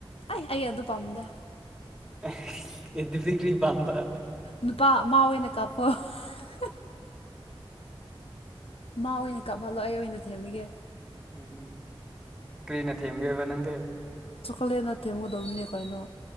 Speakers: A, on the left; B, in the centre.
A: ꯑꯩ ꯑꯩ ꯑꯗꯨ ꯄꯥꯝꯗꯦ
B: ꯑꯩꯁ ꯑꯗꯨꯗꯤ ꯀꯔꯤ ꯄꯥꯝꯕ
A: ꯅꯨꯄꯥ ꯃꯥ <unintelligible> ꯃꯥ ꯑꯣꯏꯅ ꯀꯥꯞꯍꯜꯂꯣ ꯑꯩ ꯑꯣꯏꯅ ꯊꯦꯝꯕꯤꯒꯦ
B: ꯎꯝ ꯀꯔꯤꯅ ꯊꯦꯝꯒꯦꯕ ꯍꯥꯏꯕ ꯅꯪꯗꯤ
A: ꯆꯣꯀꯣꯂꯦꯠꯅ ꯊꯦꯝꯒꯗꯧꯅꯤ ꯀꯩꯅꯣ